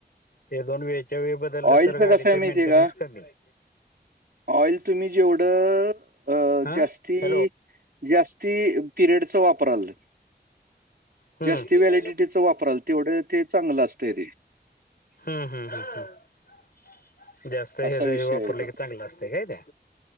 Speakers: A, on the left; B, on the right.
A: हे दोन वेळच्या वेळ बदललं
B: ऑइलचं
A: तर गाडीचे
B: कसं आहे माहिती
A: मेंटेनन्स
B: आहे का?
A: कमी हाय.
B: ऑइल तुम्ही जेवढं अ
A: हा
B: जास्ती
A: हॅलो
B: जास्त. ती पिरियडचा वापर आलं.
A: हम्म
B: जास्ती व्हॅलिडिटीच वापराल तेवढं ते चांगलं असतंरी.
A: हम्म हम्म हम्म हम्म. जास्त हेज
B: असा
A: हे
B: विषय
A: वापरले
B: आहे तो.
A: की चांगलं असते काय ते.